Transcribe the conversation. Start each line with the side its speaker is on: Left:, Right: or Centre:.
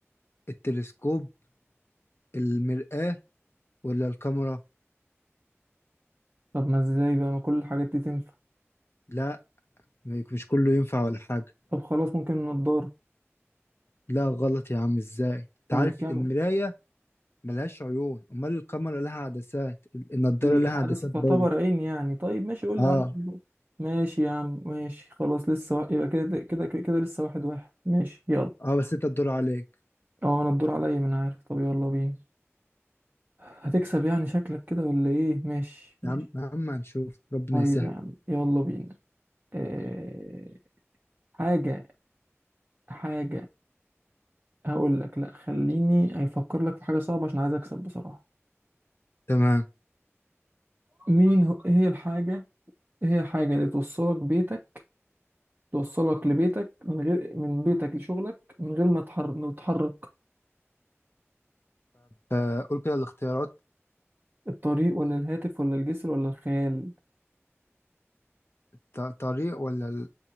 Left: التلسكوب المرآة ولا الكاميرا
Right: طب ما ازاي بقى ما كل الحاجات دي تنفع
Left: لا مش كله ينفع ولا حاجة
Right: طب خلاص ممكن النضارة
Left: لا غلط يا عم ازاي
Right: طب
Left: تعرف
Right: الكاميرا
Left: المراية ملهاش عيون امال الكاميرا لها عدسات النضاره
Right: العدسة
Left: لها عدسات
Right: تعتبر
Left: برضه
Right: عين يعني طيب ماشي قول
Left: اه
Right: لي العدسة تعتبر- ماشي يا عم ماشي خلاص لسه وا- يبقى كده كده كده كده لسه واحد واحد ماشي يلا
Left: اه بس انت تدور عليك
Right: اه انا الدور عليا ما انا عارف طب يلا بينا هتكسب يعني شكلك كده ولا ايه ماشي ماشي
Left: يا عم يا عم هنشوف ربنا
Right: طيب
Left: يسهل
Right: يا عم يلا بينا آه... حاجة حاجة هقول لك لا خليني افكر لك في حاجه صعبه عشان عايز اكسب بصراحه
Left: تمام
Right: مين هو إيه هي الحاجه إيه هي الحاجه اللي توصلك بيتك توصلك لبيتك من غير من بيتك لشغلك من غير ما تحر... ما تتحرك
Left: آه قول كده الاختيارات
Right: الطريق ولا الهاتف ولا الجسر ولا الخيال
Left: ط- طريق ولا ال...